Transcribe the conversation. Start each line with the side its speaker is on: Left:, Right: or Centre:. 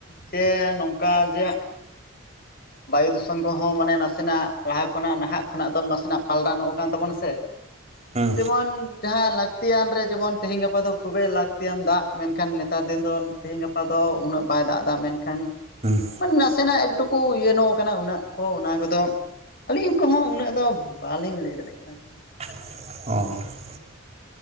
Left: ᱪᱮ ᱱᱚᱝᱠᱟ ᱡᱮ ᱵᱟᱭᱩ ᱫᱷᱩᱥᱚᱱ ᱠᱚᱦᱚᱸ ᱢᱟᱱᱮ ᱱᱟᱥᱮᱱᱟᱜ ᱞᱟᱦᱟ ᱠᱷᱚᱱᱟᱜ ᱱᱟᱦᱟᱜ ᱠᱷᱚᱱᱟᱜ ᱫᱚ ᱱᱟᱥᱮᱱᱟᱜ ᱯᱟᱞᱴᱟᱣ ᱱᱚᱜ ᱠᱟᱱ ᱛᱟᱵᱚᱱᱼᱟ ᱥᱮ ᱾
Right: ᱦᱮᱸ
Left: ᱡᱮᱢᱚᱱ ᱡᱟᱦᱟᱸ ᱞᱟᱹᱠᱛᱤᱭᱟᱱ ᱨᱮ ᱡᱮᱢᱚᱱ ᱛᱮᱦᱮᱧ ᱜᱟᱯᱟ ᱫᱚ ᱠᱷᱩᱵᱮ ᱞᱟᱹᱠᱛᱤᱭᱟᱱ ᱫᱟᱜ ᱢᱮᱱᱠᱷᱟᱱ ᱱᱮᱛᱟᱨ ᱫᱤᱱ ᱫᱚ ᱛᱤᱦᱤᱧ ᱜᱟᱯᱟ ᱫᱚ ᱩᱱᱟᱹᱜ ᱵᱟᱭ ᱫᱟᱜ ᱮᱫᱟ ᱢᱮᱱᱠᱷᱟᱱ
Right: ᱦᱮᱸ
Left: ᱢᱟᱱᱮ ᱱᱟᱥᱮᱱᱟᱜ ᱮᱠᱴᱩᱠᱩ ᱤᱭᱟᱹ ᱱᱚᱜ ᱠᱟᱱᱟ ᱩᱱᱟᱹᱜ ᱠᱚ ᱚᱱᱟ ᱠᱚᱫᱚ ᱟᱹᱞᱤᱧ ᱠᱚᱦᱚᱸ ᱩᱱᱟᱹᱜ ᱫᱚ ᱵᱟᱞᱤᱧ ᱞᱟᱹᱭ ᱫᱟᱲᱮᱜ ᱠᱟᱱᱟ ᱟᱨᱠᱤ᱾
Right: ᱚ